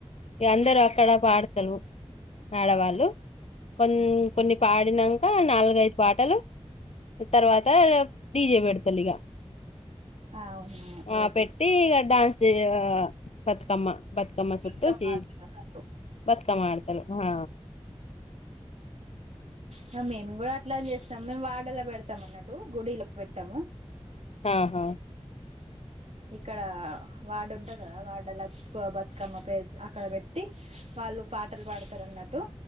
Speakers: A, on the left; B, on the right.
A: ఇగ అందరు అక్కడ పాడతరు ఆడవాళ్ళు కొం కొన్ని పాడినంక నాలుగైదు పాటలు తర్వాత డీజే పెడతలిగ
B: అవునా
A: ఆ పెట్టి ఇగ డాన్స్ చేయ ఆ బతుకమ్మ బత్ తుకమ్మ చుట్టు
B: బతుకమ్మ
A: జే
B: ఆడుతారు అన్నట్టు
A: బతుకమ్మ ఆడతారు ఆ <inaudible>
B: హ మేమి కూడా అట్లా చేస్తాం మేము వాడలా పెడతాం అన్నట్టు గుడిల పెట్టాము
A: ఆహా
B: ఇక్కడ వాడుంటది కదా వాడలా క్ బతుకమ్మ పే అక్కడ పెట్టి వాళ్ళు పాటలు పాడతారు అన్నట్టు